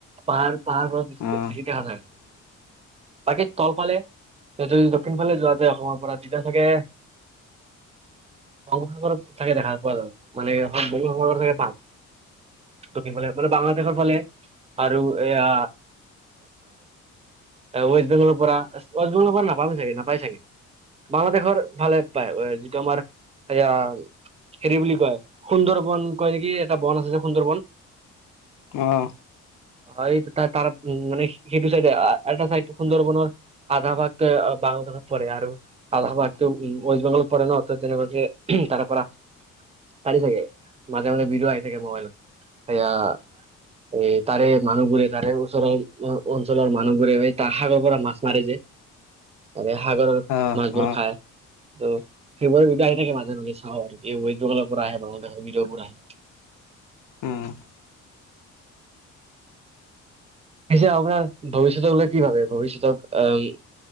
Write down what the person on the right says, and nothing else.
পাহাৰ পাহাৰ পৰা বেছি
বেছি দেখা যায়। বাকী তলফালে যদি দক্ষিণ ফালে যোৱা যায় তোমাৰ পৰা তিতা থাকে। বঙ্গোপসাগৰত থাকে দেখা পোৱা যাব মানে বঙ্গোপসাগৰ থাকে পাম দক্ষিণ ফালে মানে বাংলাদেশৰ ফালে আৰু এয়া ৱেষ্ট বেংগলৰ পৰা ৱেষ্ট বেংগলৰ পৰা নাপাম চাগে নাপায় চাগে বাংলাদেশৰ ভালে পায় যিটো আমাৰ এয়া। হেৰি বুলি কয় সুন্দৰ বন কয় নেকি এটা বন আছে যে সুন্দৰ বন।
হয় তাৰ উ মান সেইটো চাইড এটা চাইড সুন্দৰ বনৰ আধা ভাগ বাংলা দেশত পৰে আৰু এলাহবাদ ৱেষ্ট বেংগলত পৰে ন অ তেনেকুৱাকে তাৰে পৰা পাৰি থাগে মাজে মাজে ভিডিঅ আহি থাকে মোবাইলত সয়া এ তাৰে মানুহবোৰে তাৰে ওচৰৰ অঞ্চলৰ মানুহবোৰে তাৰ সাগৰ পৰা মাছ মাৰে যায়
আৰু সাগৰৰ
মাছবোৰ
খায় ত' ফেব্ৰুৱাৰী বি আহি থাকে মাজে মাজে চাওঁ আৰু ৱেষ্ট বেংলৰ পৰা আহে বাৰ ভিডিঅ বোৰ আহে।
পছে আপোনাৰ ভৱিষ্যতক বলে কি ভাবে ভৱিষ্যতক আহ